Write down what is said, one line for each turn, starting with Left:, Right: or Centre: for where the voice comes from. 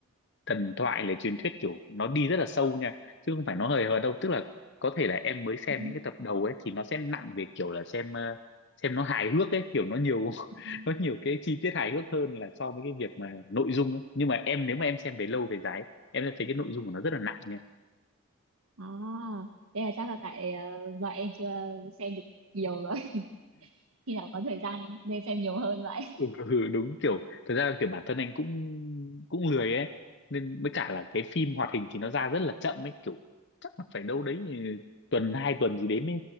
Left: thần thoại là truyền thuyết kiểu nó đi rất là sâu nha chứ không phải nó hời hợt đâu tức là có thể là em mới xem
Right: ừ.
Left: những cái tập đầu ấy thì nó sẽ nặng về kiểu là xem ờ, xem nó hài hước ấy kiểu nó nhiều
Right: Ờ.
Left: <laughs> nó nhiều cái chi tiết hài hước hơn là so với cái việc mà nội dung ấy nhưng mà em nếu mà em xem về lâu về dài ấy, em sẽ thấy cái nội dung của nó rất là nặng nha
Right: à thế là chắc là tại ờ, do em chưa xem được nhiều rồi <laughs> khi nào có thời gian nên xem nhiều hơn vậy
Left: ừ, ừ, đúng kiểu thật ra kiểu bản thân anh cũng cũng lười ấy nên với cả là cái phim hoạt hình thì nó ra rất là chậm ấy kiểu chắc là phải đâu đấy ừ, tuần hai tuần gì đấy mới